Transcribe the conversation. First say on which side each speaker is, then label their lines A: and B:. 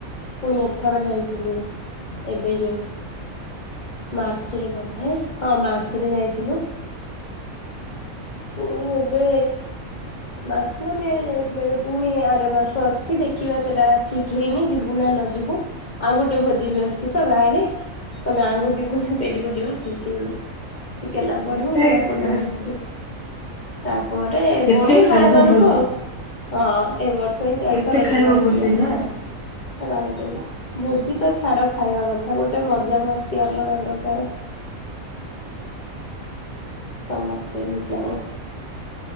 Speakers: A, on the left (about 40°); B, on the left (about 65°).
A: ପୁଣି ଏଥର ଯାଇଥିଲୁ ଏବେ ଯୋଉ ମାର୍ଚ୍ଚରେ ବୋଧେ, ହଁ ମାର୍ଚ୍ଚ ରେ ଯାଇଥିଲୁ। ପୁଣି ଏବେ ମାସ ନା ମେ ରେ ଯାଇଥିଲେ ଏବେ ପୁଣି ଆର ମାସ ଅଛି ଦେଖିବା ସେଟା ଠିକ ହେଇନି ଯିବୁ ନା ନ ଯିବୁ, ଆଉ ଗୋଟେ ଭୋଜି ବି ଅଛି ତ ଗାଁରେ, ତ ଗାଁକୁ ଯିବୁ ନା ସେଇଠିକୁ ଯିବୁ ଠିକ ହେଇନି। ଠିକ୍ ହେଲା ପରେ
B: କେତେ
A: ହିଁ ଜଣାପଡ଼ିବ
B: ଖାଇବ
A: କିଛି। ତା ପରେ
B: କେତେ
A: ପୁଣି
B: ଖାଇବ
A: ବାହାଘରକୁ
B: ଭୋଜି
A: ଆଉ, ହଁ। ଏ ବର୍ଷ ହିଁ ଚାରିଥର
B: କେତେ ଖାଇବ
A: ଯିବା ଆସିବା,
B: ଭୋଜି ନା
A: ରାଉରକେଲା। ଭୋଜି ତ ଛାଡ ଖାଇବା କଥା, ଗୋଟେ ମଜା ମସ୍ତି ଅଲଗା ପ୍ରକାର। ସମସ୍ତେ <unintelligible>